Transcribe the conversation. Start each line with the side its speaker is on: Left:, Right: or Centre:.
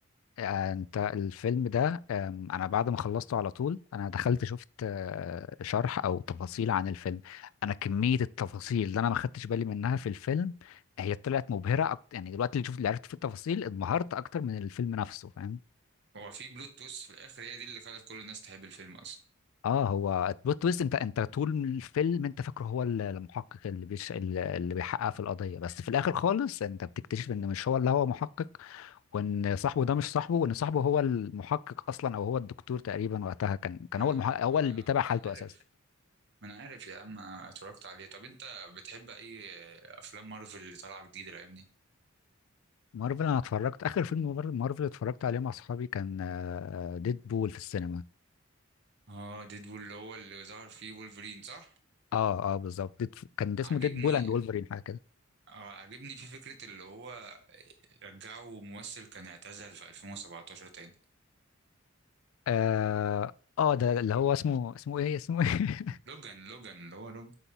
Left: آه، انت الفيلم ده آم، انا بعد ما خلصته على طول انا دخلت شفت آه، شرح او تفاصيل عن الفيلم انا كمية التفاصيل اللي انا ما خدتش بالي منها في الفيلم هي طلعت مبهرة أكتر يعني دلوقتي اللي شفت اللي عرفت في التفاصيل انبهرت اكتر من الفيلم نفسه فاهم
Right: هو في بلوت تويست في الاخر هي دي اللي خلت كل الناس تحب الفيلم اصلا
Left: اه هو البلوت تويست انت انت طول الفيلم انت فاكره هو ال- المحقق اللي بيش اللي اللي بيحقق في القضيه بس في الاخر خالص انت بتكتشف ان مش هو اللي هو محقق وان صاحبه ده مش صاحبه وان صاحبه هو المحقق اصلا او هو الدكتور تقريبا وقتها كان كان
Right: ما
Left: هو
Right: انا
Left: المحقق هو
Right: ما انا
Left: اللي بيتابع
Right: آه،
Left: حالته
Right: ما انا عارف
Left: اساسا
Right: ما انا عارف يا عم اتفرجت عليه طب انت بتحب اي افلام مارفل اللي طالعه جديد الايام دي
Left: مارفل انا اتفرجت اخر فيلم مار- مارفل اتفرجت عليه مع اصحابي كان ديد بول في السينما
Right: اه ديدبول اللي هو اللي ظهر فيه وولفرين صح
Left: اه اه بالظبط ديد كان ده
Right: عاجبني
Left: اسمه ديد بول اند وولفرين حاجه كده
Right: اه عاجبني في فكرة اللي هو رجعوا ممثل كان اعتزل في 2017 تاني
Left: اه اه ده اللي هو اسمه اسمه ايه اسمه ايه <laughs>
Right: لوجان لوجان اللي هو لوجان